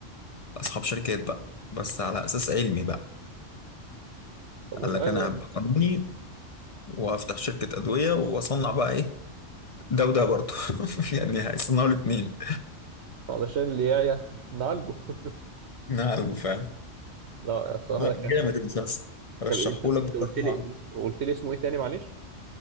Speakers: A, on the left; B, on the right.
A: اصحاب شركات بقى بس على اساس علمي بقى
B: طب والله
A: قال لك انا
B: ده
A: هبقى قانوني وافتح شركه ادويه واصنع بقى ايه ده وده برضه <laughs> يعني هيصنعوا الاثنين
B: علشان اللي جايه نعالجه <laughs>
A: نعالجه فاهم
B: لا الصراحه
A: لا
B: ده
A: جامد
B: كان
A: المسلسل رشحهولك
B: طب انت انت
A: بصراحه
B: قلت لي انت قلت لي اسمه ايه تاني معلش